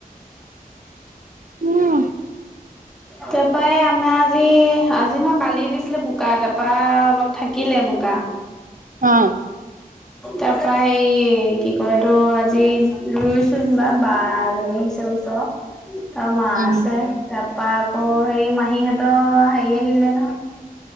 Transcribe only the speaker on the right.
উম,
অ',
উম,